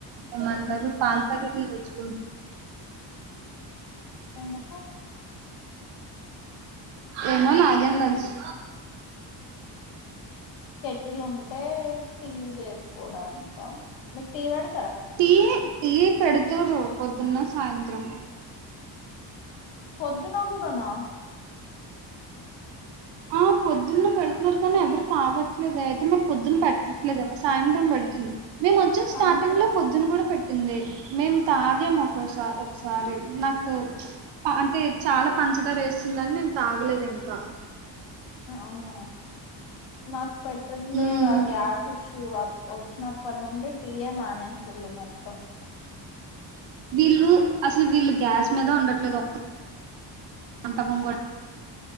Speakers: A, on the right; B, on the left.
A: ఏమంటారు పాల్ ప్యాకెట్లు తెచ్చుకు
B: ఎందుకు?
A: ఏమో నాగేం తెలుసు
B: కేటిలు ఉంటే టీ చేసుకోవడానికా మీకు టీ వేడ్
A: టీ టీ పెడుతారు పొద్దున్న సాయంత్రం
B: పొద్దున కూడనా
A: ఆ పొద్దున్న పెడుతున్నారు కానీ ఎవరు తాగట్లేదు అయితే మరి పొద్దున్న పెట్టట్లేదెమో సాయంత్రం పెడ మేము వచ్చిన
B: సాయంత్రం
A: స్టార్టింగ్ లో పొద్దున్న కూడా పెట్ పెట్టింది మేము తాగం ఒకొసా ఒకసారి నాకు అంటే చాలా పంచదార వేస్తుందని నేను తాగలేదు ఇంకా
B: అవునా నాకు పట్టట్లేదు
A: మ్మ్.
B: ఆ గ్యాస్ ఇష్యూ వచ్చినప్పటి నుండి టీ ఏం మానేసిళ్ళు మొత్తం
A: వీళ్ళు అసలు వీళ్ళు గ్యాస్ మీద వండట్లేదు ఒక్క అంతా మంద